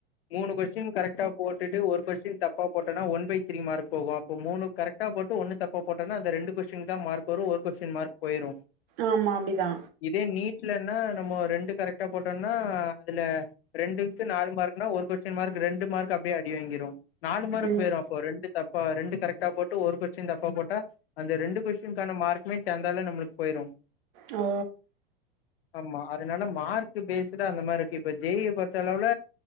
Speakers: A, on the left; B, on the right.
A: மூணு கொஸ்டின் கரெக்டா போட்டுட்டு ஒரு கொஸ்டின் தப்பா போட்டன்னா ஒன் பை த்ரீ மார்க் போகு இப்போ மூனு கரெக்டா போட்டு ஒன்னு தப்பு போட்டனா அந்த ரெண்டு கொஸ்டின் தா மார்க் வரு ஒரு கொஸ்டின் மார்க் பொய்ரு
B: ஆம்மா அப்டிதா
A: இதே நீட்லன்னா நம்மோ ரெண்டு கரெக்டா போட்டொன்னா அதுல ரெண்டுக்கு நாலு மார்க்குனா ஒரு கொஸ்டின் மார்க் ரெண்டு மார்க் அப்டே அடி வாங்கிரும் நாலு மார்க்கு
B: ம்.
A: பொய்ரு இப்போ ரெண்டு தப்பா ரெண்டு கரெக்டா போட்டு ஒரு கொச்சின் தப்பா போட்டா அந்த ரெண்டு கொஸ்டின்கான மார்குமே சேந்தால நம்மளுக்கு பொய்ரு
B: ஒ
A: ஆம்மா அதுனால மார்க் பேஸுடா அந்த மாருக்கு இப்ப ஜெ இய பொர்த்த அளவுல